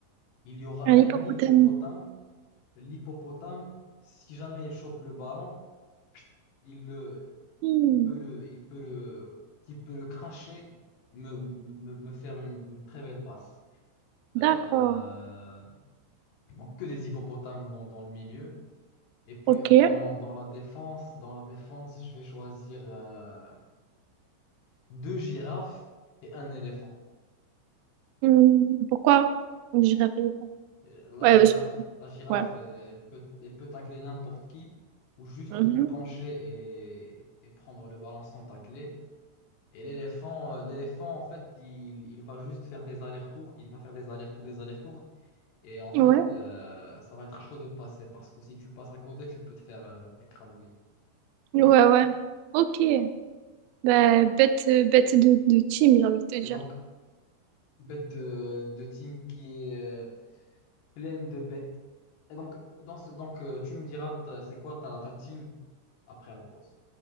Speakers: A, on the left; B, on the right.
A: Il y aura
B: Un
A: un
B: hippopotame.
A: hippopotame. L'hippopotame, si jamais il chope le ballon, il le,
B: Hmm,
A: il peut le, il peut le, il peut le cracher, me, me, me faire une, une très belle passe.
B: d'accord.
A: Euh, donc que des hippopotames dans, dans le milieu. Et puis
B: Ok.
A: dans, dans la défense, dans la défense, je vais choisir euh, deux girafes et un éléphant.
B: Hmm, Pourquoi? Je réfléchis.
A: Euh, La
B: Ouais,
A: girafe,
B: parce-
A: la girafe,
B: ouais.
A: euh, elle peut, elle peut tacler n'importe qui ou juste
B: Mhm.
A: se pencher et, et prendre le ballon sans tacler. Et l'éléphant, euh, l'éléphant, en fait, il, il va juste faire des allers-retours. Il va faire des allers-retours, des allers-retours. Et en fait,
B: Ouais,
A: euh, ça va être chaud de passer parce que si tu passes à côté, tu peux te faire euh, écrabouiller.
B: ouais, ouais. Ok. Bah, bête, bête de, de team, j'ai envie de te
A: Et
B: dire.
A: donc, bête de, de team qui est euh, pleine de bêtes. Et donc, dans ce, donc euh, tu me diras, ta- c'est quoi ta, ta team après la pause?